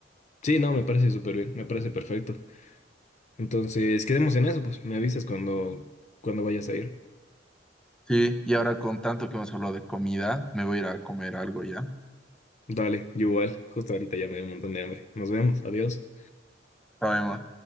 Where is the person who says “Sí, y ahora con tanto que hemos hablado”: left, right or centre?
Centre